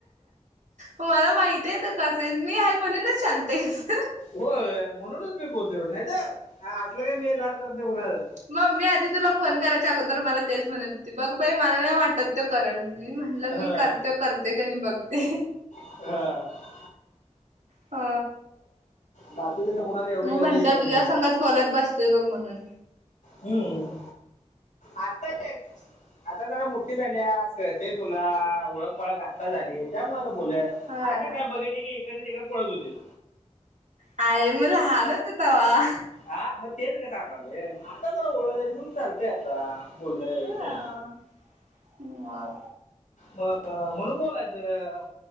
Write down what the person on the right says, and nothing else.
मला माहित आहेेत तू कसा आहेस मी आहे म्हणूनच शांत हायस.
मम्मी आधी तुला फोन करायच्या अगोदर मला तेच म्हणत होती बघ बाई मला नाही वाटत त करल मी म्हणलं
मी करतोय करतोय का नाही बघ ते.
अ
मग
म्हणत
तुझ्या
संघच बोलत बसतोय बघ म्हणून
ह
हाय मग लहान होतं तव्हा
हा
मग